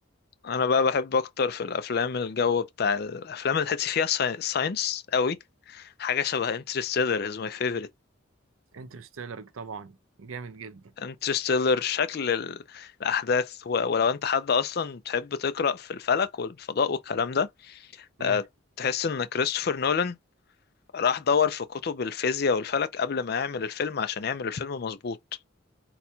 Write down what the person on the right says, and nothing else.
انترستيلر طبعا جامد جدا
امم